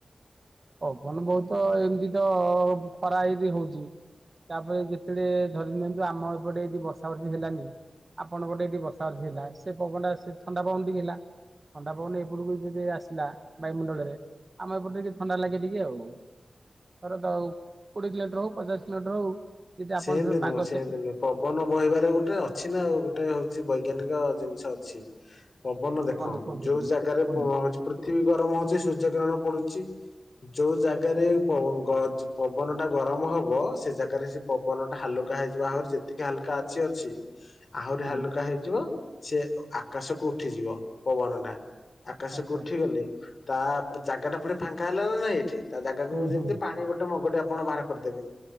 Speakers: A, on the right; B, on the left.
A: ପବନ ବହୁତ ଏମତି ତ ଖରା ହେଇଟି ହୋଉଚି। ତାପରେ ଯେତେବେଳେ ଧରି ନିଅନ୍ତୁ ଆମ ଏପଟେ ଏଦି ବର୍ଷା ବର୍ଷୀ ହେଲାନି ଆପଣଙ୍କୋ ଟେ ଟିକେ ବର୍ଷ ଅର୍ଛି ହେଲା ସେ ପବନ ଟା ସେ ଥଣ୍ଡା ପବନ ଟିକେ ହେଲା। ଥଣ୍ଡାପବନ ଏପଟକୁ ଯଦି ଆସିଲା ବାୟୁମଣ୍ଡଳରେ ଆମେ ଏପଟେ ଥଣ୍ଡା ଲାଗେ ଟିକେ ଆଉ ଥର ତଉ କୋଡିଏ କିଲୋମିଟର ହଉ ପଚାଶ କିଲୋମିଟର ହଉ ଯଦି ଆପଣ
B: ସେମତି
A: ସବୁ ପାଗ
B: ନୁହଁ ସେମିତି
A: ସେ
B: ନୁହଁ ପବନ ବହିବାରେ ଗୋଟେ ଅଛି ନା ଆଉ ଗୋଟେ ହଉଛି ବୈଜ୍ଞାନିକ ଜିନିଷ ଅଛି। ପବନ ଦେଖ
A: କଣ କୁହନ୍ତୁ
B: ଯୋଉ
A: ଟିକେ
B: ଜାଗାରେ
A: କୁହନ୍ତୁ
B: ପୃଥିବୀ ଗରମ ହଉଛି ସୂର୍ଯ୍ୟ ଗିରଣ ପଡୁଛି। ଯୋଉ ଜାଗାରେ ପବନ ଟା ଗରମ ହବ ସେ ଜାଗାରେ ସେ ପବନ ଟା ହାଲୁକା ହେଇଯିବ ଆହୁରି ଯେତିକି ହାଲୁକା ଅଛି ଅଛି ଆହୁରି
A: ହୁଁ
B: ହାଲୁକା ହେଇଯିବ। ସେ ଆକାଶକୁ ଉଠିଯିବ ପବନ ଟା ଆକାଶକୁ
A: ଆଚ୍ଛା
B: ଉଠିଗଲେ ତା ଜାଗା ଟା ପୁଣି ଫାଙ୍କା ହେଲା ନା ନାଇଁ ଏଠି ତା ଜାଗାକୁ
A: ହୁଁ
B: ଯେମିତି
A: ହୁଁ
B: ପାଣି ଗୋଟେ ମଗଟେ ଆପଣ ବାହାର କରିଦେବେ